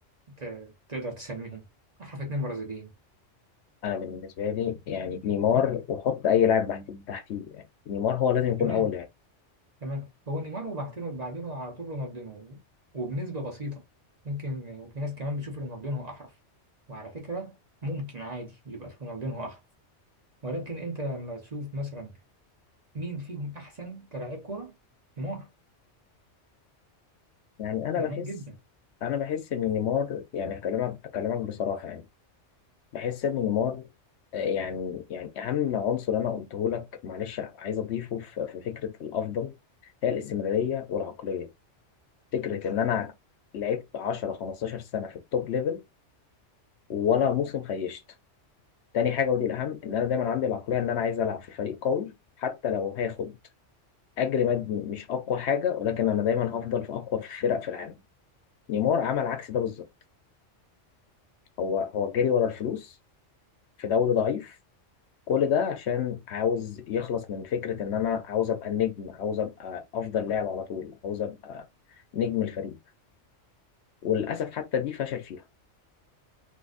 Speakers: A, on the right; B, on the left.
A: ت- تقدر تسميهم احرف اتنين برازيليين
B: انا بالنسبه لي يعني نيمار وحط اي لاعب تحت تحتيه يعني نيمار هو لازم يكون
A: تمام
B: اول لاعب
A: تمام هو نيمار وبعدينه بعدينه على طول رونالدينو وبنسبة بسيطة ممكن وفي ناس كمان بتشوف رونالدينو احرف وعلى فكرة ممكن عادي يبقى في رونالدينو احرف ولكن انت لما تشوف مثلا مين فيهم أحسن كلاعب كورة؟ نيمار
B: يعني انا
A: نيمار
B: بحس
A: جدا
B: انا بحس ان نيمار يعني هكلمك هكلمك بصراحه يعني بحس ان نيمار آه، يعني يعني اهم عنصر انا قلته لك معلش عايز اضيفه في في فكره الافضل هي الاستمراريه والعقليه فكره ان انا لعبت 10 15 سنه في التوب ليفل ولا موسم خيشت تاني حاجه ودي الاهم ان انا دايما عندي العقليه ان انا عايز العب في فريق قوي حتى لو هاخد اجر مادي مش اقوى حاجه ولكن انا دايما هفضل في اقوى فرق في العالم نيمار عمل عكس ده بالظبط هو هو جري ورا الفلوس في دوري ضعيف كل ده عشان عاوز يخلص من فكرة إن أنا عاوز أبقى النجم عاوز أبقى أفضل لاعب على طول عاوز أبقى نجم الفريق وللأسف حتى دي فشل فيها